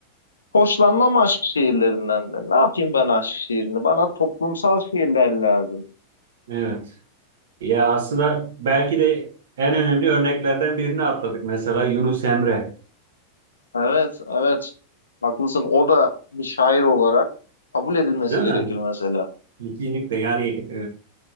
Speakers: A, on the left; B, on the right.
A: hoşlanmam aşk şiirlerinden de. Ne yapayım ben aşk şiirini? Bana toplumsal şiirler lazım.
B: evet. Ya aslında belki de en önemli örneklerden birini atladık. Mesela Yunus Emre,
A: Evet, evet. Haklısın. O da bir şair olarak kabul edilmesi
B: değil
A: gerekir
B: mi?
A: mesela.
B: Kesinlikle yani